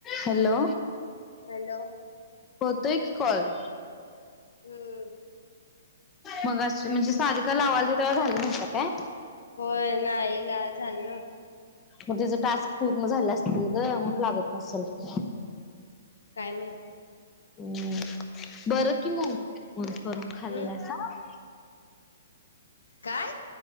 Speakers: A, on the left; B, on the left.
A: Hello.
B: Hello
A: होतोयऽऽ call.
B: हम्म.
A: मग अस म्हणजे सारीका लावाल ती तवा झालं नवतं काय?
B: होय नाही,, ला झालं नव्हतं.
A: मग तिच टास्क पूर्ण झाले असतील ग मणून लागत नसतील.
B: काय माईत.
A: हम्. बरं कि मंग मो करून खाल्लाऽऽ
B: हम् काय?